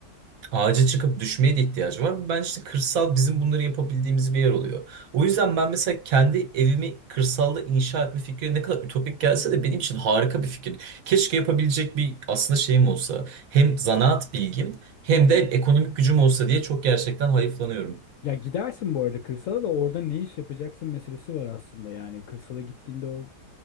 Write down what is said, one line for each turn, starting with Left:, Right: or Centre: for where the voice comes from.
Right: Ağaca çıkıp düşmeye de ihtiyacı var. Ben işte kırsal bizim bunları yapabildiğimiz bir yer oluyor. O yüzden ben mesela kendi evimi kırsalda inşa etme fikri ne kadar ütopik gelse de benim için harika bir fikir. Keşke yapabilecek bir aslında şeyim olsa. Hem zanaat bilgim hem
Left: Hı hı.
Right: de ekonomik gücüm olsa diye çok gerçekten hayıflanıyorum.
Left: Ya gidersin bu arada kırsala da orada ne iş yapacaksın meselesi var aslında yani. Kırsala gittiğinde o